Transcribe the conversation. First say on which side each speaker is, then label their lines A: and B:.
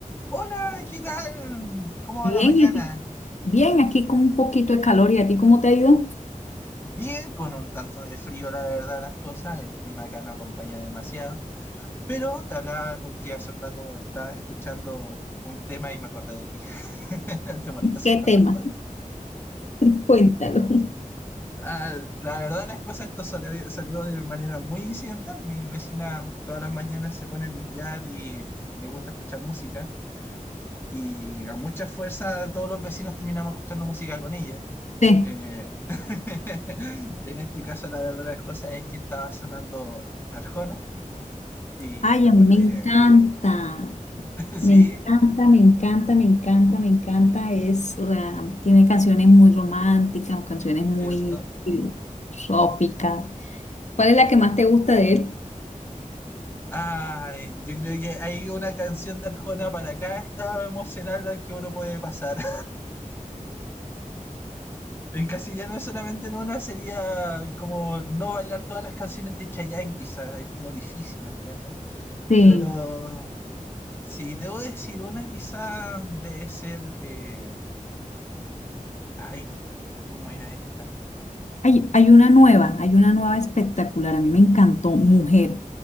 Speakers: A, on the left; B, on the left.
A: Hola, ¿qué tal? ¿Cómo va
B: Bien,
A: la mañana?
B: ¿y a ti? Bien, aquí con un poquito de calor. ¿Y a ti cómo te ha ido?
A: Bien, con un tanto de frío, la verdad, las cosas. El clima acá no acompaña demasiado. Pero te hablaba porque hace un rato estaba escuchando un tema y me acordé de ti. <laughs> ¿Te molesta si
B: ¿Qué
A: te lo
B: tema?
A: cuento?
B: <laughs> Cuéntalo.
A: Ah, la verdad, las cosas, esto salió, salió de manera muy incidental. Mi vecina todas las mañanas se pone a limpiar y le gusta escuchar música. Y a mucha fuerza todos los vecinos terminamos escuchando música con ella.
B: Sí.
A: Eh, <laughs> en este caso, la verdad de las cosas es que estaba sonando Arjona y
B: Ay,
A: me
B: a
A: acordé,
B: mí me encanta.
A: <laughs> sí,
B: Me encanta, me encanta, me encanta, me encanta. Es, o sea, tiene canciones muy románticas o canciones
A: cierto.
B: muy filosóficas. ¿Cuál es la que más te gusta de él?
A: Ay, yo creo que hay una canción de Arjona para cada estado emocional al que uno puede pasar. <laughs> En casillano es solamente en una, sería como no bailar todas las canciones de Chayanne, quizás, es como difícil, ¿me entiendes?
B: Sí.
A: Pero si debo decir una, quizás debe ser, eh, ay, ¿cómo era esta?
B: Hay, hay una nueva, hay una nueva espectacular. A mí me encantó, Mujer.